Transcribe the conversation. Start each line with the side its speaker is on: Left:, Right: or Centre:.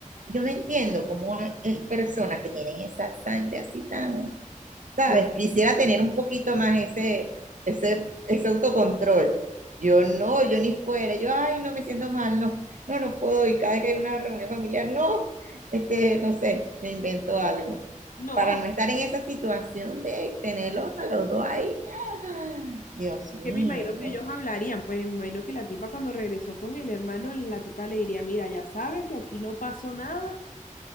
Right: yo no entiendo cómo hay hay personas que tienen esa sangre así tan ¿sabes?
Left: No,
Right: Quisiera tener un poquito más ese, ese, ese autocontrol. Yo no, yo ni fuera, yo, ay, no me siento mal, no, no, no puedo ir cada vez que hay una reunión familiar, no, este, no sé, me invento algo.
Left: no,
Right: Para no estar en esa situación de tenerlos a los dos ahí, ah, Dios mío,
Left: que me imagino que
Right: no.
Left: ellos hablarían, pues me imagino que la tipa cuando regresó con el hermano, la tipa le diría, mira, ya sabe que aquí no pasó nada,